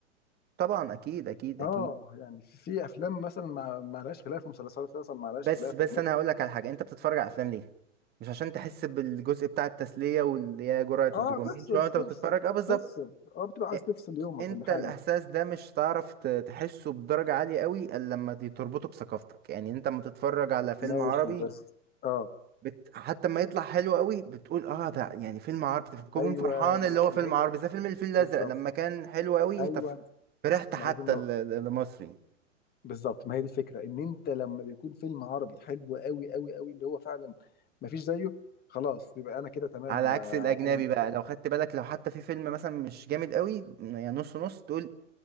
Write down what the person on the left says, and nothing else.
اه
يعني في في افلام مثلا ما ما لهاش خلاف ومسلسلات مثلا ما لهاش
خلاف
اجنبي
اه
تفصل
تفصل
تفصل اه بتبقى عايز
تفصل يومك
ولا حاجه
ماشي
بس اه
ايوه
ما,
ما
هي
بالظبط
ايوه
ما
هي دي النقطه
بالظبط ما هي دي الفكره ان انت لما بيكون فيلم عربي حلو قوي قوي قوي اللي هو فعلا ما فيش زيه خلاص يبقى انا كده تمام
انا
انا